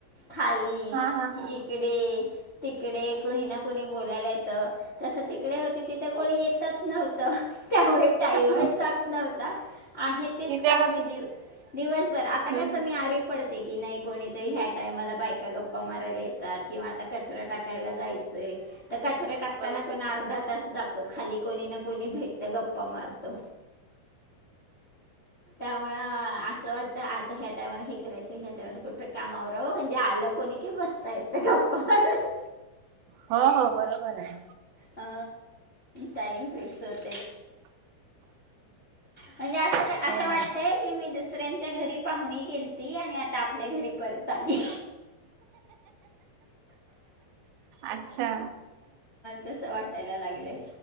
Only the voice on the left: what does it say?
खाली
इकडे तिकडे कोणी नको कुणी बोलायला येतं तसं तिकडे होती तिथे कोणी येतच नव्हतं. त्यामुळे टाईमच
जात नव्हता. आहे तेच
काम
मी दिव दिवसभर आता
कसं मी आरी पडत. नाही कोणीतरी ह्या टायमाला बायका गप्पा मारायला येतात, किंवा आता. कचरा टाकायला जायच, तर कचरा टाकताना
पण अर्धा तास जा. जातो खाली कोणी ना कोणी भेट. भेटत गप्पा मारत. त्यामुळं असं वाट. आता ह्या टायमाला हे करायचं, ह्या टायमाला पटपट काम आ वररावं म्हणजे आल्यावर. कोणी की बसता येत गप्पा मारत
अ टाईम फिक्स असत. म्हणजे अस
असं
वाटतय की मी दुसऱ्यांच्या घरी पाहुणी गेलती, आणि आता. ता आपल्या घरी परत आली.
तस वाटायला लागलय.